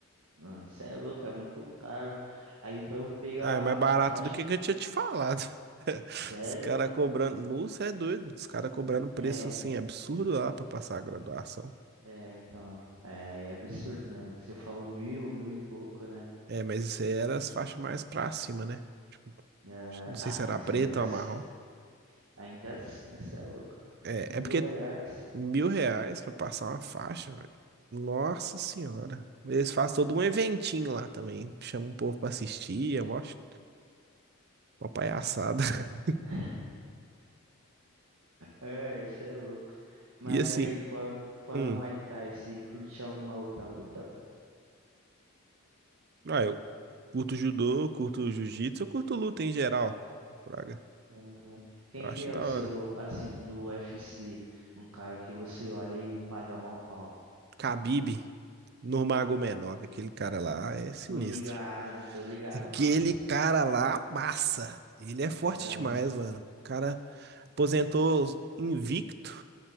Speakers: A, on the right; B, on the right.
A: Mano, cê é louco, é muito caro. Aí, para eu pegar
B: Ah, é mais barato
A: a faixa.
B: do que que eu tinha te falado. <laughs>
A: Sério?
B: Os caras cobrando. Nossa, é doido. Os caras cobrando um preço
A: É,
B: assim absurdo lá pra passar a graduação.
A: é, então, é, aí é absurdo mesmo. Você falou mil, mil e pouco, né?
B: É, mas isso aí era as faixas mais pra cima, né? Tipo,
A: Aham.
B: não sei
A: Ah,
B: se
A: mas
B: era preta
A: ainda assim,
B: ou marrom.
A: ainda assim, cê é louco.
B: É,
A: Com
B: é
A: mil
B: porque
A: reais.
B: mil reais pra passar uma faixa, velho. Nossa senhora. Eles fazem todo um eventinho lá também. Chamam o povo pra assistir, eu acho. Uma palhaçada. <laughs>
A: <laughs> É, isso é louco. Mas
B: E assim,
A: aí, fora, fora
B: hum,
A: o Muay Thai, você curte alguma outra luta?
B: ah, eu curto judô, curto jiu-jitsu, eu curto luta em geral. Braga.
A: Ah, Quem
B: Eu
A: que
B: acho
A: é
B: da
A: o seu,
B: hora.
A: assim, do UFC? Um cara que você olha e paga mal pau.
B: Khabib, Nurmagomedov, aquele cara lá é sinistro.
A: Tô ligado, tô ligado,
B: Aquele
A: nossa.
B: cara lá, massa. Ele é forte
A: Ah,
B: demais, mano. O cara aposentou invicto.